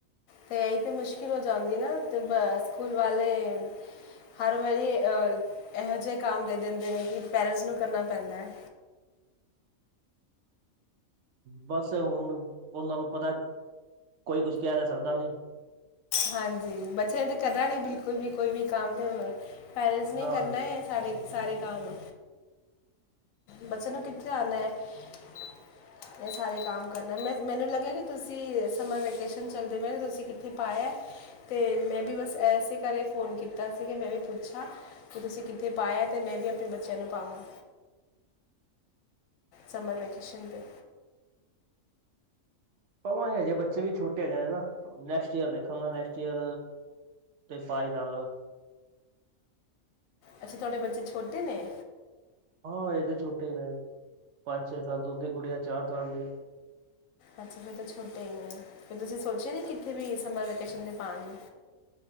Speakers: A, on the left (about 80°); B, on the right (about 65°).
A: ਤੇ ਏਹੀ ਤਾਂ ਮੁਸ਼ਕਿਲ ਹੋ ਜਾਂਦੀ ਨਾ ਅਤੇ ਬ ਸਕੂਲ ਵਾਲੇ ਹਰ ਵਾਰੀ ਇਹੋ ਜਿਹਾ ਕੰਮ ਦੇ ਦੇਂਦੇ ਨੇ ਕਿ ਪੇਰੈਂਟਸ ਨੂੰ ਕਰਨਾ ਪੈਂਦਾ ਹੈ।
B: ਬਸ ਹੁਣ ਉਹਨਾਂ ਨੂੰ ਪਤਾ ਕੋਈ ਕੁਛ ਕਹਿ ਤਾਂ ਸਕਦਾ ਨੀ।
A: ਹਾਂਜੀ ਬੱਚਿਆਂ ਨੇ ਤਾਂ ਕਰਨਾ ਨੀ ਬਿਲਕੁਲ ਵੀ ਕੋਈ ਵੀ ਕੰਮ ਤੇ ਪੈਰੈਂਟਸ ਨੇ
B: ਨਾ
A: ਈ ਕਰਨਾ ਹੈ। ਸਾਡੇ ਸਾਰੇ ਕੰਮ ਬੱਚੇ ਨੂੰ ਕਿੱਥੇ ਆਂਦਾ। <inaudible> ਇਹ ਸਾਰੇ ਕੰਮ ਕਰਨਾ ਮੈਂ ਮੈਨੂੰ ਲੱਗਿਆ ਕਿ ਤੁਸੀਂ ਸਮਰ ਵੈਕੇਸ਼ਨ ਚੱਲਦੇ ਪਏ ਤੇ ਤੁਸੀਂ ਕਿੱਥੇ ਪਾਇਆ ਤੇ ਮੈਂ ਵੀ ਬਸ ਇਸੇ ਘਰ ਕੇ ਫੋਨ ਕੀਤਾ ਸੀ ਕਿ ਮੈਂ ਵੀ ਪੁੱਛਾਂ ਕਿ ਤੁਸੀਂ ਕਿੱਥੇ ਪਾਯਾ ਤੇ ਮੈਂ ਵੀ ਆਪਣੇ ਬੱਚਿਆਂ ਨੂੰ ਪਾਵਾਂ। ਸਮਰ ਵੈਕੇਸ਼ਨ ਤੇ।
B: ਪਵਾਂਗੇ ਹਜੇ ਬੱਚੇ ਵੀ ਛੋਟੇ ਹੈਗੇ ਨੇ ਨਾ ਨੈਕਸਟ ਈਅਰ ਦੇਖਾਂਗਾ ਨੈਕਸਟ ਈਅਰ, ਤੇ ਪਾਈ ਦਾ,
A: ਅੱਛਾ ਤੁਹਾਡੇ ਬੱਚੇ ਛੋਟੇ ਨੇ?
B: ਹਾਂ ਇਹਦੇ ਛੋਟੇ ਨੇ ਪੰਜ ਛੇ ਸਾਲ ਦੂਸਰੀ ਕੁੜੀਆਂ ਚਾਰ ਸਾਲ ਦੀ,
A: ਅੱਛਾ ਫਿਰ ਤਾਂ ਛੋਟੇ ਹੀ ਨੇ ਫਿਰ ਤੁਸੀਂ ਸੋਚਿਆ ਨੀ, ਕਿੱਥੇ ਵੀ ਸਮਰ ਵੈਕੇਸ਼ਨ ਤੇ ਜਾਣ ਨੂੰ